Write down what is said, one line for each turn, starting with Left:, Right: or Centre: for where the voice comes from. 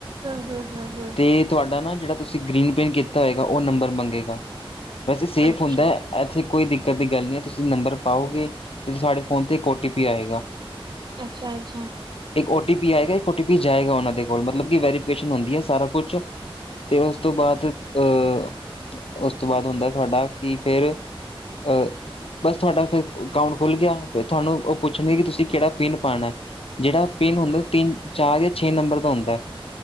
Right: ਹਾਂ ਹਾਂ ਹਾਂ
Left: ਤੇ ਤੂਆਡਾ ਨਾ ਜੇੜਾ ਤੂਸੀ ਗ੍ਰੀਨ ਪਿੰਨ ਕੀਤਾ ਹੋਏਗਾ, ਓ ਨੰਬਰ ਮੰਗੇਗਾ, ਵੈਸੇ ਸੇਫ਼
Right: ਅੱਛਾ
Left: ਹੁੰਦੈ ਐਥੇ ਕੋਈ ਦਿੱਕਤ ਦੀ ਗਾੱਲ ਨੀ ਐ, ਤੂਸੀ ਨੰਬਰ ਪਾਓਗੇ, ਤੇ ਸਾਡੇ ਫੋਨ ਤੇ ਇੱਕ ਓ ਟੀ ਪੀ ਆਏਗਾ।
Right: ਅੱਛਾ-ਅੱਛਾ।
Left: ਇੱਕ ਓ ਟੀ ਪੀ ਆਏਗਾ, ਇੱਕ ਓ ਟੀ ਪੀ ਜਾਏਗਾ ਓਨਾ ਦੇ ਕੋਲ, ਮਤਲਬ ਕੀ ਵੈਰੀਫਿਕੇਸ਼ਨ ਹੁੰਦੀ ਐ ਸਾਰਾ ਕੁੱਛ ਤੇ ਉਸ ਤੋਂ ਬਾਦ ਅ ਉਸ ਤੋਂ ਬਾਦ ਹੁੰਦੈ, ਤੂਆਡਾ ਕਿ ਫੇਰ ਅ ਬਸ ਥੂਆਡਾ ਫੇਰ ਅਕਾਊਂਟ ਖੁੱਲ ਗੇਆ, ਫੇਰ ਥਾਨੂੰ ਓ ਪੁੱਛਣਗੇ ਕਿ ਤੂਸੀ ਕੈੜਾ ਪਿੰਨ ਪਾਣੈ? ਜੇੜਾ ਪਿੰਨ ਹੁੰਦੈ ਤਿੰਨ-ਚਾਰ ਯਾ ਛੇ ਨੰਬਰ ਦਾ ਹੁੰਦੈ,